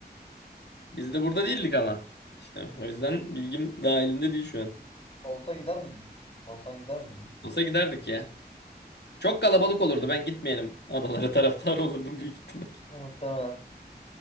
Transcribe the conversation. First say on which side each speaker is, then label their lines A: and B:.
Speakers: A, on the left; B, on the left.
A: Biz de burada değildik ama. İşte o yüzden bilgim dahilinde değil şu an.
B: Olsa gider miydin? Olsan gider miydin?
A: Olsa giderdik ya. Çok kalabalık olurdu. Ben gitmeyelim. Adalara <laughs> taraftar olurdum büyük ihtimal.
B: Muhtemelen.